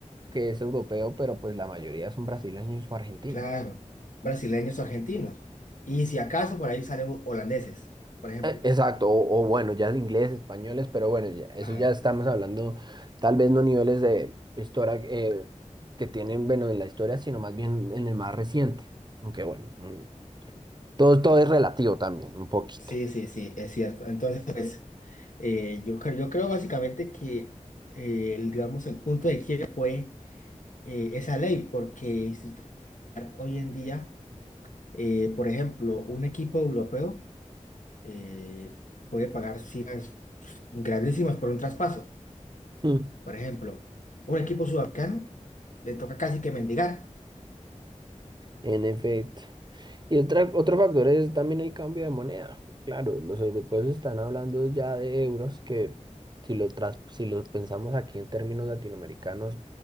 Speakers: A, on the right; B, on the left.
A: que es europeo, pero pues la mayoría son brasileños o argentinos.
B: claro. Brasileños, argentinos. Y si acaso por ahí salen holandeses, por ejemplo.
A: Eh, Exacto, o, o bueno, ya de inglés, españoles, pero bueno, ya- eso
B: Ajá.
A: ya estamos hablando, tal vez no niveles de historia eh, que tienen, bueno, en la historia, sino más bien en el más reciente. Aunque bueno, mm, todo, todo es relativo también, un poquito.
B: Sí, sí, sí, es cierto. Entonces, pues. Eh, yo, cre- yo creo básicamente que eh, el, digamos, el punto de quiebre fue eh, esa ley, porque si usted hoy en día, eh, por ejemplo, un equipo europeo eh, puede pagar cifras grandísimas por un traspaso.
A: Mm.
B: Por ejemplo, un equipo sudamericano le toca casi que mendigar.
A: En efecto. Y otra, otro factor es también el cambio de moneda. Claro, los europeos están hablando ya de euros que si lo, tras- si los pensamos aquí en términos latinoamericanos,